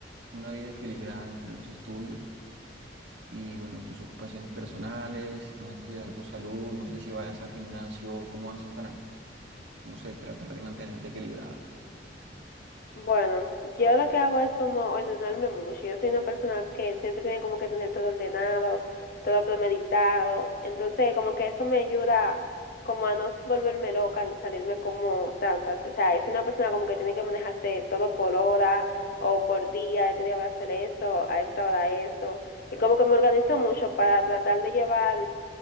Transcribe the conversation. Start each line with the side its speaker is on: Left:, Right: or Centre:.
Right: una vida equilibrada entre los estudios y, bueno, tus ocupaciones personales, no descuidar tu salud, no sé si vayas al gimnasio, cómo haces para, no sé, tratar de mantenerte equilibrada?
Left: Bueno, yo lo que hago es como ordenarme mucho. Yo soy una persona que siempre tiene como que tener todo ordenado, todo premeditado. Entonces, como que eso me ayuda como a no volverme loca ni salirme como tanto. O sea, es una persona como que tiene que manejarse todo por hora o por día. Este día voy a hacer esto, a esta hora esto. Y como que me organizo mucho para tratar de llevar